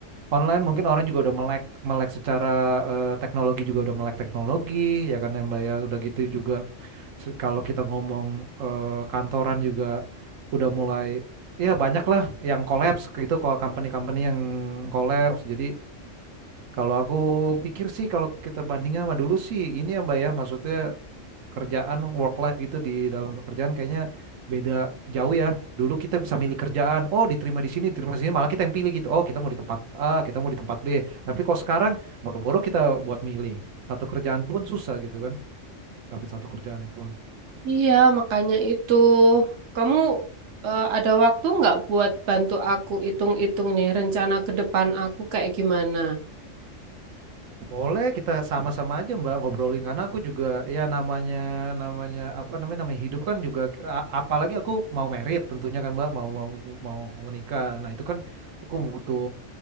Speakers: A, on the right; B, on the right.
A: Online mungkin orang juga udah melek melek secara eh, teknologi juga udah melek teknologi ya kan ya, Mbak ya. Udah gitu juga Se- Kalau kita ngomong eh, kantoran juga udah mulai ya banyak lah yang collapse kayak gitu kalau company-company yang collapse. Jadi kalau aku pikir sih kalau kita bandingin sama dulu sih ini ya Mbak ya maksudnya kerjaan work life gitu di dalam pekerjaan kayaknya beda jauh ya. Dulu kita bisa milih kerjaan, oh diterima di sini, diterima di sini, malah kita yang pilih gitu. Oh, kita mau di tempat A, kita mau di tempat B. Tapi kalau sekarang boro-boro kita buat milih. Satu kerjaan pun susah gitu kan, dapat satu kerjaan pun.
B: Iya, makanya itu. Kamu eh, ada waktu nggak buat bantu aku hitung-hitung nih rencana ke depan aku kayak gimana?
A: Boleh kita sama-sama aja Mbak ngobrolin karena aku juga ya namanya namanya apa namanya namanya hidup kan juga a- apalagi aku mau merit tentunya kan Mbak mau mau mau menikah. Nah, itu kan aku butuh